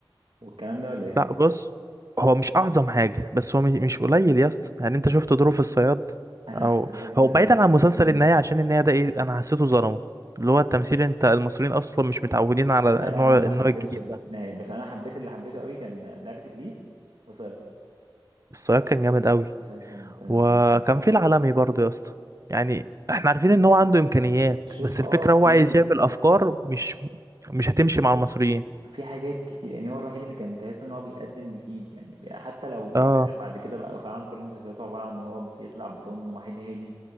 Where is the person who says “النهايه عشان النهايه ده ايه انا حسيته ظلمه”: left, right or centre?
Right